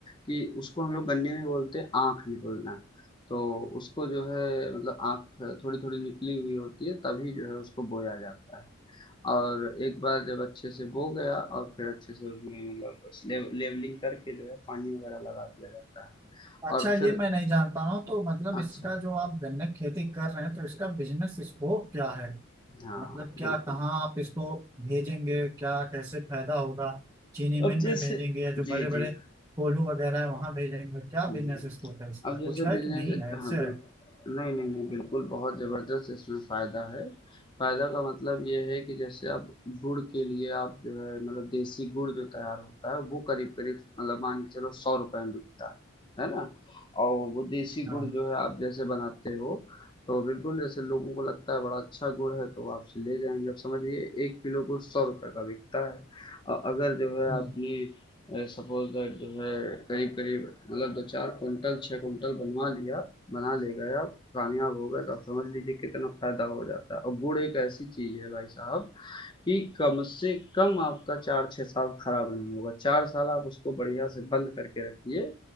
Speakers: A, on the left; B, on the right.
A: कि उसको हम लोग गन्ने में बोलते हैं आँख निकलना तो उसको जो है मतलब आँख थोड़ी थोड़ी निकली हुई होती है तभी जो है उसको बोया जाता है और एक बार जब अच्छे से बो गया और फिर अच्छे से उसमें मतलब लेव, लेवलिंग करके जो है पानी वगैरह लगा दिया जाता है
B: अच्छा
A: और
B: ये
A: फिर
B: मैं नहीं जानता हूँ तो मतलब
A: अच्छा
B: इसका जो आप गन्ने की खेती कर रहे हैं तो इसका बिजनेस स्कोप क्या है
A: हाँ
B: मतलब क्या
A: बिल्कुल
B: कहाँ आप इसको भेजेंगे क्या कैसे फायदा होगा चीनी मिल
A: अब
B: में
A: जैसे
B: भेजेंगे या जो बड़े
A: जी
B: बड़े
A: जी
B: कोल्हू वगैरह है वहां भेजेंगे क्या
A: हम्म,
B: बिजनेस स्कोप है इसका
A: अब जैसे
B: कुछ है
A: बिजनेस
B: कि नहीं है ऐसे
A: हाँ बिल्कुल
B: है
A: नहीं नहीं नहीं बिल्कुल बहुत ज़बरदस्त इसमें फ़ायदा है फ़ायदा का मतलब ये है कि जैसे अब गुड़ के लिए आप जो है मतलब देसी गुड़ जो तैयार होता है वो करीब करीब मतलब मान के चलो सौ रुपए में बिकता है है ना और वो देसी
B: हाँ
A: गुड़ जो है आप जैसे बनाते हो तो बिल्कुल जैसे लोगों को लगता है बड़ा अच्छा गुड़ है तो वो आपसे ले जाएंगे अब समझिए एक किलो गुड़ सौ रुपए का बिकता है और अगर जो है
B: हम्म।
A: आपने सपोज दैट जो है करीब करीब मतलब दो चार कुंटल छः कुंटल बनवा लिया बना ले गए आप कामयाब हो गए तो आप समझ लीजिए कितना फायदा हो जाता है और गुड़ एक ऐसी चीज है भाई साहब कि कम से कम आपका चार छः साल खराब नहीं होगा चार साल आप उसको बढ़िया से बंद करके रखिए